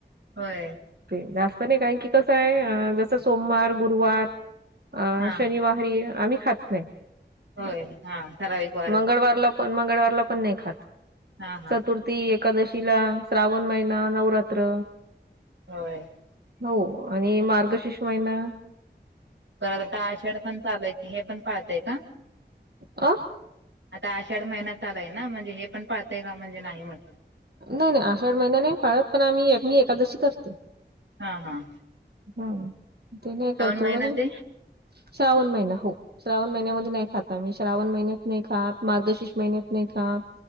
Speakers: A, on the right (about 85°); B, on the right (about 60°).
A: होय.
B: ते जास्त नाही कारण की कसं आहे जस सोमवार, गुरुवार अ
A: हा
B: शनिवारी आम्ही खात नाही,
A: होय हा ठराविक वारच
B: मंगळवारला पण मंगळवारला पण नाही खात
A: हा हा
B: चतुर्थी एक एकादशीला श्रावण महिना नवरात्र
A: होय.
B: हो आणि मार्गशिष माहिना
A: परत आता आषाढ पण चालू आहे की हे पण पाळताय का?
B: अ
A: आता आषाढ महिना चालु आहे ना म्हणजे हे पण पाळताय का म्हणजे नाही म्हटलं?
B: नाही नाही आषाढ महिना नाही पाळत पण आम्ही मी एकादशी करते.
A: हां हां.
B: हां ते नाही करत तेवढं
A: महिना
B: नाही.
A: ते
B: श्रावण महिना हो श्रावण महिन्यामध्ये नाही खात. आम्ही श्रावण महिन्यात नाही खात मार्गशीर्ष महिन्यात नाही खात